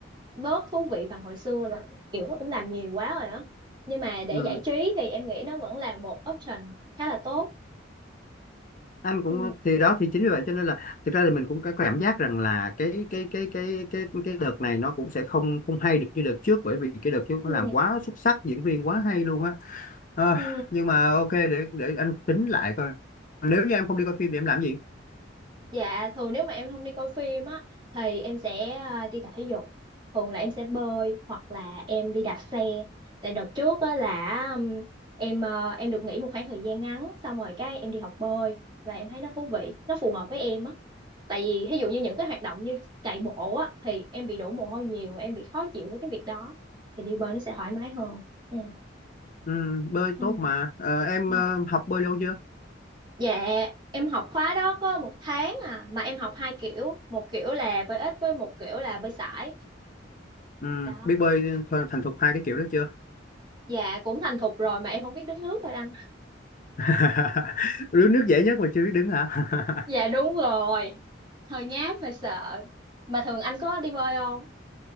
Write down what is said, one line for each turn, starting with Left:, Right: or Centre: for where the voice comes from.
Right: bớt thú vị bằng hồi xưa rồi kiểu nó cũng làm nhiều quá rồi á nhưng mà để
Left: Ừ.
Right: giải trí thì em nghĩ nó vẫn là một option khá là tốt
Left: anh cũng
Right: ừ
Left: thì đó thì chính vì vậy cho nên là thực ra thì mình cũng có có cảm giác rằng là cái cái cái cái cái cái đợt này nó cũng sẽ không không hay được như đợt trước bởi vì cái đợt trước
Right: ừ
Left: nó làm quá xuất sắc diễn viên quá hay luôn á Ờ,
Right: ừ
Left: nhưng mà ok để để anh tính lại coi nếu như em không đi coi phim thì em làm gì
Right: Dạ thường nếu mà em không đi coi phim á thì em sẽ à, đi tập thể dục. Thường là em sẽ bơi hoặc là em đi đạp xe. Tại đợt trước á là um, em ờ, em được nghỉ một khoảng thời gian ngắn xong rồi cái em đi học bơi và em thấy nó thú vị, nó phù hợp với em á. Tại vì ví dụ như những cái hoạt động như chạy bộ á thì em bị đổ mồ hôi nhiều, em bị khó chịu với cái việc đó thì đi bơi nó sẽ thoải mái hơn. Ừ.
Left: ừ, bơi
Right: Ừ.
Left: tốt mà Ờ, em
Right: ừ.
Left: ờ, học bơi lâu chưa
Right: Dạ, em học khóa đó có một tháng à, mà em học hai kiểu, một kiểu là bơi ếch với một kiểu là bơi sải.
Left: ừ,
Right: Đó,
Left: biết bơi th- thành thục hai cái kiểu đó chưa
Right: dạ cũng thành thục rồi mà em không biết đứng nước thôi anh.
Left: <laughs> đứng nước dễ nhất mà chưa biết đứng hả <laughs>
Right: Dạ đúng rồi, hơi nhát, hơi sợ. Mà thường anh có đi bơi không?